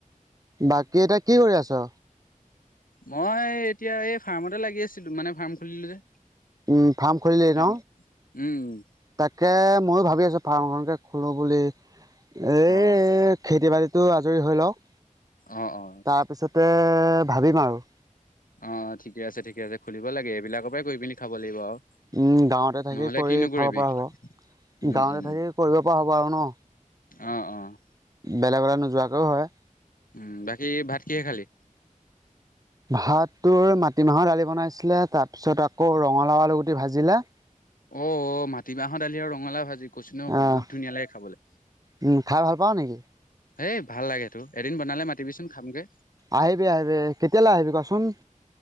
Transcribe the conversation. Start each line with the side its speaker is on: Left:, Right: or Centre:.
Right: বাকী, এতিয়া কি কৰি আছ
Left: মই এতিয়া এই ফাৰ্মতে লাগি আছিলো মানে ফাৰ্ম খুলিলো যে
Right: উম, ফাৰ্ম খুলিলে
Left: ফাৰ্ম
Right: ন
Left: উম
Right: তাকে ময়ো ভাবি আছো ফাৰ্মখনকে খোলো বুলি এ
Left: অ',
Right: খেতি বাতিতটো আজৰি হৈ লওক
Left: অ', অ',
Right: তাৰপিছতে ভাবিম আৰু
Left: অ', ঠিকে আছে ঠিকে আছে খুলিব, লাগে এইবিলাকৰ পৰাই কৰি পিনি খাব লাগিব আৰু
Right: উম, গাঁৱতে থাকি
Left: নহ'লে
Right: কৰি
Left: কিনো কৰিবি
Right: খাব পৰা হ'ব
Left: উম
Right: গাঁৱতে
Left: উম
Right: থাকি কৰিব পৰা হ'ব আৰু ন
Left: অ', অ',
Right: বেলেগলে নোযোৱাকৈও হয়
Left: উম, বাকী ভাত কিহে খালি
Right: ভাত তৰ মাটিমাহৰ দালি বনাইছিলে তাৰ পিছত আকৌ ৰঙালাও আলুগুটি ভাজিলে
Left: অ', মাটিমাহৰ দালি আৰু ৰঙালা ভাজি কছ ন বহুত
Right: আহ
Left: ধুনীয়া লাগে খাবলৈ
Right: উম, খাই ভাল পাওঁ নেকি
Left: হেই ভাল লাগেত তো এদিন বনালে মাতিবি চোন খামগে
Right: আহিবি আহিবি কেতিয়ালৈ আহিবি কচোন